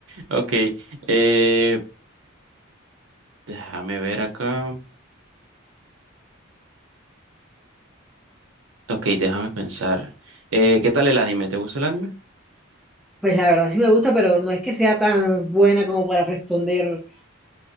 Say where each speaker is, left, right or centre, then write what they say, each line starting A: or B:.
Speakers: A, on the right; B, in the centre.
A: Ok, eh, déjame ver acá. Ok, déjame pensar. Eh, ¿qué tal el anime? ¿Te gusta el anime?
B: Pues la verdad sí me gusta, pero no es que sea tan buena como para responder,